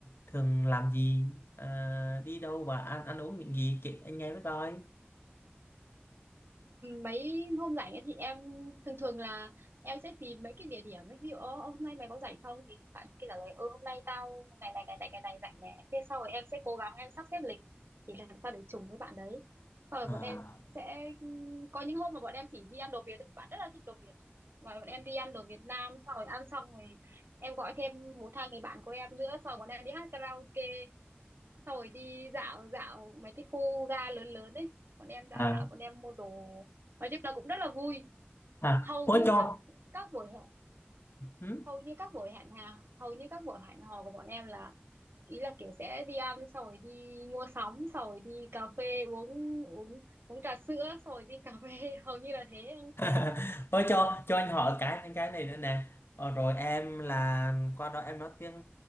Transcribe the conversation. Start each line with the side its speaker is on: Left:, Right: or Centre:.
Left: thường làm gì à, đi đâu và ăn ăn uống những gì kể anh nghe với coi
Right: mấy hôm rảnh ấy thì em thường thường là em sẽ tìm mấy cái địa điểm ấy ví dụ "Ơ, hôm nay mày có rảnh không thì bạn kia trả lời ừ hôm nay tao ngày này ngày này ngày này rảnh nè thế sau rồi em sẽ cố gắng em sắp xếp lịch thì làm sao để trùng với bạn đấy sau rồi
Left: à,
Right: bọn em sẽ có những hôm mà bọn em chỉ đi ăn đồ Việt thì bạn rất là thích đồ Việt và bọn em đi ăn đồ Việt Nam sau rồi ăn xong rồi em gọi thêm một hai người bạn của em nữa sau rồi bọn em đi hát karaoke Xong rồi đi dạo dạo mấy cái khu ga lớn lớn ấy bọn em dạo
Left: ừ.
Right: dạo bọn em mua đồ nói chung là cũng rất là vui
Left: à
Right: hầu
Left: ôi
Right: như
Left: cho
Right: các các buổi hẹn
Left: Hử?
Right: hầu như các buổi hẹn hà hầu như các buổi hẹn hò của bọn em là ý là kiểu sẽ đi ăn xong rồi đi mua sắm xong rồi đi cà phê uống uống uống trà sữa xong rồi đi cà phê <laughs> hầu như là thế anh
Left: <laughs> ôi cho cho anh hỏi cái cái này nữa nè ờ, rồi em là qua đó em nói tiếng